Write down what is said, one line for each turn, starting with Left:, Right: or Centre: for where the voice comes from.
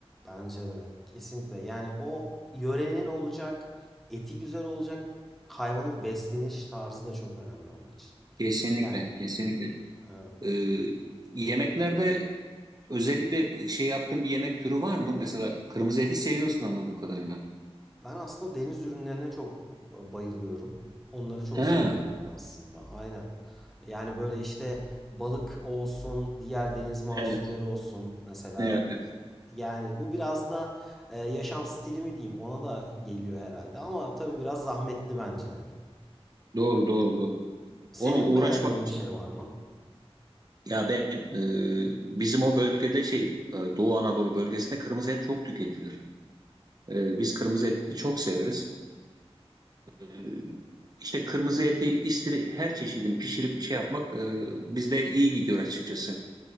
Centre: Bence de kesinlikle. Yani o yörenin olacak, eti güzel olacak, hayvanın besleniş tarzı da çok önemli onun için.
Right: Kesinlikle.
Centre: Yani
Right: Kesinlikle.
Centre: e,
Right: E, yemeklerde özellikle şey yaptığın bir yemek türü var mı? Mesela kırmızı eti seviyorsun anladığım kadarıyla.
Centre: ben aslında deniz ürünlerine çok bayılıyorum. Onları çok
Right: Ha,
Centre: seviyorum ben aslında. Aynen. Yani böyle işte balık olsun, diğer deniz mahsulleri
Right: evet.
Centre: olsun. Mesela
Right: Evet. evet.
Centre: yani bu biraz da e, yaşam stili mi diyeyim ona da geliyor herhalde. Ama tabii biraz zahmetli bence.
Right: Doğru doğru doğru.
Centre: Senin
Right: Ona uğraşmak
Centre: beğendiğin bir şey var mı?
Right: Ya ben e, bizim o bölgede şey e, Doğu Anadolu bölgesinde kırmızı et çok tüketilir. E, biz kırmızı eti çok severiz. E, işte kırmızı eti istedi- her çeşidini pişirip şey yapmak e, bizde iyi gidiyor açıkçası.